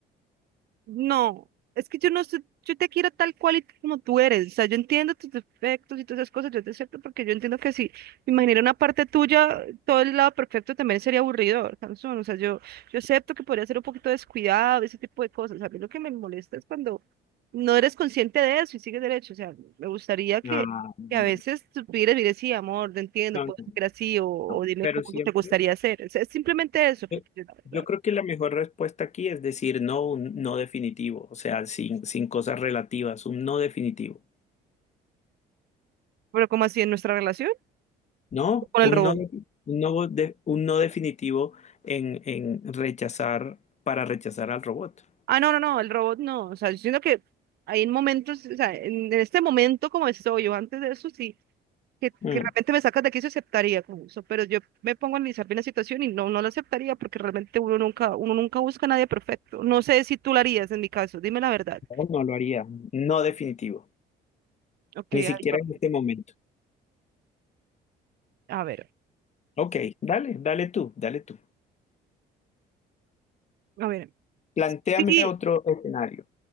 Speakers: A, on the right; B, on the left.
A: No, es que yo no sé, yo te quiero tal cual y como tú eres. O sea, yo entiendo tus defectos y todas esas cosas, yo te acepto porque yo entiendo que si me imaginara una parte tuya, todo el lado perfecto también sería aburridor, Sansón. O sea, yo, yo acepto que podría ser un poquito descuidado, ese tipo de cosas. A mí lo que me molesta es cuando no eres consciente de eso y sigues derecho. O sea, me gustaría que,
B: Ah, no,
A: que a veces supieras y sí, amor, te entiendo,
B: no,
A: puedo
B: no,
A: ser así o, o
B: no.
A: dime
B: Pero
A: cómo
B: siempre.
A: te gustaría hacer. Es, es simplemente eso, porque,
B: Yo
A: la verdad.
B: yo creo que la mejor respuesta aquí es decir no, un no definitivo, o sea, sin, sin cosas relativas, un no definitivo,
A: Pero como así en nuestra relación
B: ¿no?
A: con
B: Un
A: el robot.
B: no, un no, de- un no definitivo en, en rechazar, para rechazar al robot.
A: Ah, no, no, no, el robot no. O sea, yo siento que hay momentos, o sea, en, en este momento como estoy, yo antes de eso sí, que,
B: Mm,
A: que realmente me sacas de aquí se aceptaría como eso, pero yo me pongo a analizar bien la situación y no, no la aceptaría porque realmente uno nunca, uno nunca busca a nadie perfecto. No sé si tú lo harías en mi caso, dime la verdad.
B: no, no lo haría, no definitivo,
A: Ok,
B: ni
A: ahí
B: siquiera
A: va.
B: en este momento.
A: A ver,
B: Ok, dale, dale tú, dale tú.
A: a ver.
B: Plantéame
A: Sí,
B: otro escenario